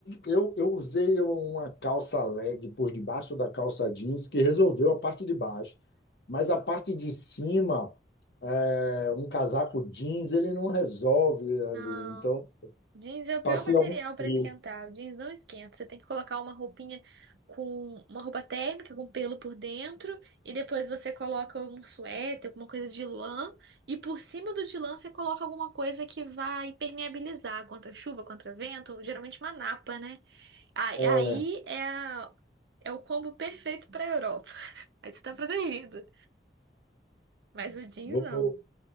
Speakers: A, on the left (about 65°); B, on the right (about 70°).
A: Eu, eu usei uma calça leg por debaixo da calça jeans que resolveu a parte de baixo, mas a parte de cima, é, um casaco jeans, ele não resolve ali.
B: Não.
A: Então,
B: Jeans é o
A: passei
B: pior material
A: algum
B: para
A: frio.
B: esquentar. O jeans não esquenta. Você tem que colocar uma roupinha com uma roupa térmica com pelo por dentro e depois você coloca um suéter, alguma coisa de lã e por cima do de lã você coloca alguma coisa que vai impermeabilizar contra chuva, contra vento, geralmente uma napa, né? Aí,
A: É,
B: aí é, a- é o combo perfeito pra Europa. <laughs> Aí você tá protegido. Mas o jeans
A: vou,
B: não.